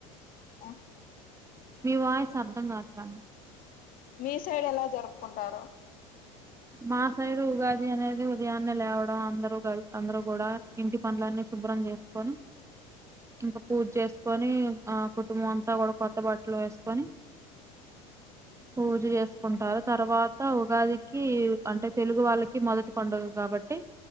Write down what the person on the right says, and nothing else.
మీ వాయిస్ అర్థం కావట్ల
మా సైడ్ ఉగాది అనేది ఉదయాన్నే లేవడం అందరుూ అందరు కూడా ఇంటి పనులన్నీ చ శుభ్రం చేసుకొని ఇంకా పూజ చేసుకొని ఆ కుటుంబం అంతా కూడా కొత్త బట్టలు వేసుకొని పూజ చేసుకుంటారు తర్వాత ఉగాదికి అంటే తెలుగు వాళ్ళకి మొదటి పండుగ కాబట్టి